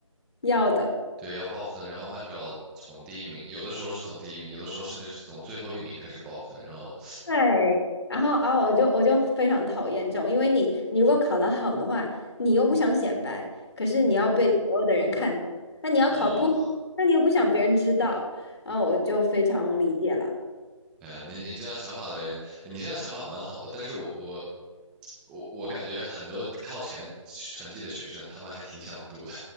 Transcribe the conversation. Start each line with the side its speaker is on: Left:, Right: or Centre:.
Left: 要的。
Centre: 对，要报分，然后按照从第一名，有的时候是从第一名，有的时候甚至是从最后一名开始报分，然后，
Left: 对，然后啊，我就我就非常讨厌这种，因为你你如果考得好的话，你又不想显摆，可是你要被所有的人看，那你要考不好那你又不想别人知道，
Centre: 哦，
Left: 然后我就非常理解啦。
Centre: 哎呀，你你这样想法的人，你这样想法蛮好的，但是我我我我感觉很多靠前成绩的学生，他们还挺想读的，